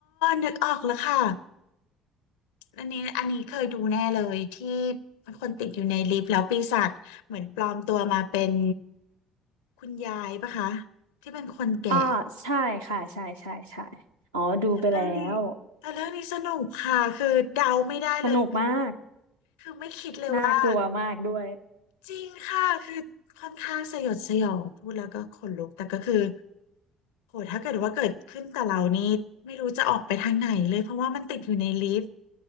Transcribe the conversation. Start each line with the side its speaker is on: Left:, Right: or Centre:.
Left: นึกออกแล้วค่ะ อันนี้อันนี้เคยดูแน่เลยที่คนติดอยู่ในลิฟต์แล้วปีศาจเหมือนปลอมตัวมาเป็นคุณยายปะคะที่เป็นคนแก่
Right: อ่าใช่ค่ะใช่ใช่ใช่อ๋อดูไปแล้ว
Left: เรื่องนี้แต่เรื่องนี้สนุกค่ะคือเดาไม่ได้เลย
Right: สนุกมาก
Left: คือไม่คิดเลยว่า
Right: น่ากลัวมากด้วย
Left: จริงค่ะคือค่อนข้างสยดสยองพูดแล้วก็ขนลุกแต่ก็คือโหถ้าเกิดว่าเกิดขึ้นกับเรานี่ไม่รู้จะออกไปทางไหนเลยเพราะว่ามันติดอยู่ในลิฟต์